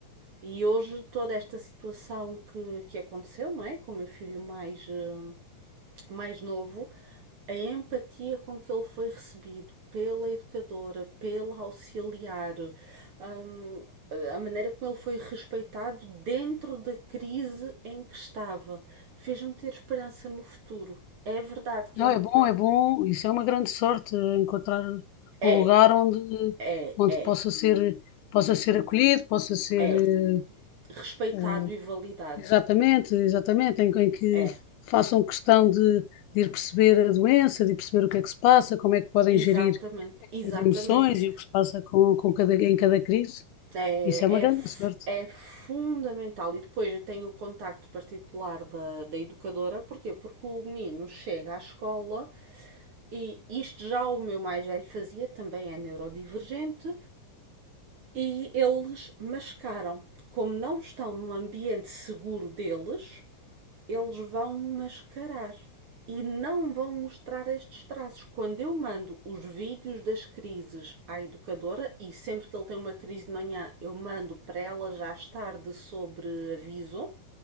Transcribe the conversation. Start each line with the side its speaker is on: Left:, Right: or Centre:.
Right: E hoje toda esta situação que, que aconteceu, não é? Com o meu filho mais, eh, mais novo, a empatia com que ele foi recebido pela educadora, pela auxiliar, hum, a maneira como ele foi respeitado dentro da crise em que estava, fez-me ter esperança no futuro. É verdade que
Left: Não,
Right: é uma
Left: é bom,
Right: coisa.
Left: é bom. Isso é uma grande sorte, eh, encontrar
Right: É,
Left: um lugar onde,
Right: é,
Left: onde
Right: é,
Left: possa ser, possa ser acolhido, possa ser,
Right: é.
Left: eh,
Right: respeitado
Left: eh,
Right: e validado.
Left: Exatamente, exatamente, em, em que
Right: É,
Left: façam questão de, de ir perceber a doença, de perceber o que é que se passa, como é que podem
Right: exatamente,
Left: gerir essas
Right: exatamente.
Left: emoções e o que se passa com, com cada, em cada crise.
Right: É,
Left: Isso é uma grande sorte.
Right: é, é fundamental. E depois eu tenho o contacto particular da, da educadora. Porquê? Porque o menino chega à escola e isto já o meu mais velho fazia, também é neurodivergente, e eles mascaram. Como não estão num ambiente seguro deles, eles vão mascarar e não vão mostrar estes traços. Quando eu mando os vídeos das crises à educadora, e sempre que ele tem uma crise de manhã, eu mando para ela já estar de sobreaviso,